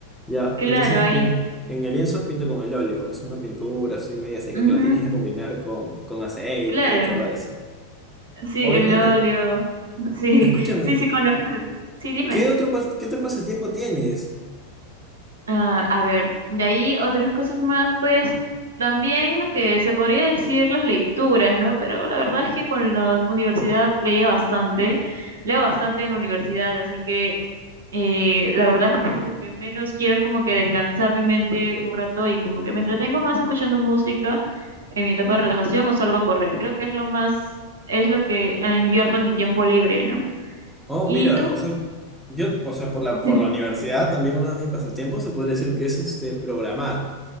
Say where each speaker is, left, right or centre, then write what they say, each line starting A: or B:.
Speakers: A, in the centre; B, on the right (about 65°).
A: Ya,
B: Claro,
A: entonces
B: ahí.
A: pin- en el lienzo pinto con el óleo. Es una pintura así media seca
B: Ujú,
A: que la tienes que combinar con, con aceite
B: Claro.
A: y todo eso.
B: Sí,
A: Obviamente.
B: el óleo. Sí,
A: Escúchame,
B: sí, sí conozco eso. Sí, dime.
A: ¿qué otro, pas- qué otro pasatiempo tienes?
B: Ah, a ver, de ahí otras cosas más, pues también lo que se podría decir las lecturas, ¿no? Pero la verdad es que con la universidad leía bastante, leo bastante en la universidad, así que eh, la verdad es que lo que menos quiero es como que descansar mi mente un rato y como que me entretengo más escuchando música en mi etapa de relajación o salgo a correr. Creo que es lo más, es lo que eh, invierto en mi tiempo libre, ¿no?
A: Oh,
B: ¿Y
A: mira,
B: tú?
A: o sea, yo, o sea, por la, por
B: <laughs>
A: la universidad también uno de mis pasatiempos se podría decir que es este, programar.